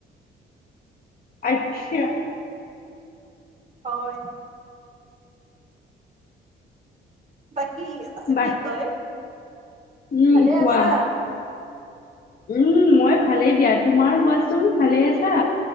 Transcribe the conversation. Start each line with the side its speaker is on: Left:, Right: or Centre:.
Left: আচ্ছা
Right: হয় বাকী
Left: বা
Right: কি কয়
Left: উম
Right: ভালে
Left: কোৱা
Right: আছা
Left: উম মই ভালেই দিয়া তোমাৰ কোৱাচোন ভালে আছা‌?